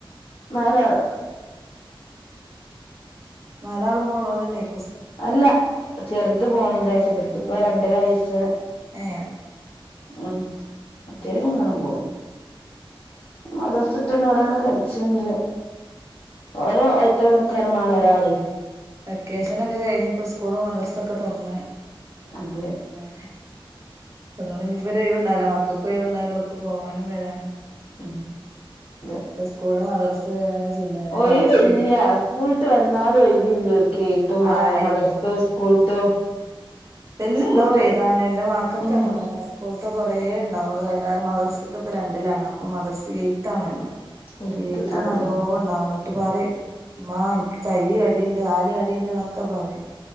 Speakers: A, on the left (about 85°); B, on the right (about 35°).
A: നാലാള്
B: നാലാളും പോണേലഞ്ഞെയ്ക്കും
A: അല്ല ചെറുത് പോണില്ല ചെറുത്പ്പം രണ്ടര വയസ്സ്
B: ഏ
A: ഉം മറ്റോല്
B: ആഹ്
A: മൂന്നാളും പോക്കും മതസ്ട്ടന്ന് ഇവിടെങ്ങനെകൾച്ച്ണ്ട് ഓലെ വയ്ത്തേലെ നിക്കാ നും മാണ്ണം ഒരാളെ
B: വെക്കേഷനെക്കെ കഴിഞ്ഞപ്പോ സ്കൂളും മദ്രസെക്കെതുറന്ന്
A: അതെ
B: തന്നെ അതോണ്ട് ഇഞ്ഞ്പ്പോ ഒര് ഒഴിവ്ണ്ടാവൂല മക്കൾക്കു ഒഴിവുണ്ടാവൂല ഒട്ക്കും പോവാനും വരാനും
A: ഉം അതെ
B: ഒക്കെ സ്കൂള് മദ്രസ് ചിന്തന
A: ഒഴിവില്ല
B: വായിച്ചല്
A: സ്കൂൾട്ട് വന്നാലു ഒയ് വ് ല്ലോൽക്ക് ത്തും വായനിം
B: ആഹ്
A: മദ്രാസ്ത്തെ സ്കൂൾത്തോ
B: എല്ലണ്ടാവും
A: സ്കൂൾട്ട്
B: എയ്താന് ന്റെ മകൾക്കൊക്കെ
A: ഉം
B: അങ്ങനെ തന്നെ സ്കൂൾത്തെ കൊറേ ണ്ടാവും കാരണം അഹ്‌ മദർസ്ത്തപ്പം രണ്ടിലാണ് അപ്പൊ മദർസ് എയ്ത്താണല്ലോ
A: എഴുത്ത്
B: എഴ്ത്ത്
A: ആഹ്
B: നല്ലോണ്ടാവും ന്നട്ട് പ റിം മ്മാ, ൻക്, കൈടയണ്ട്, കാലടയിണ്ട്, എന്നൊക്കെ, പറയും,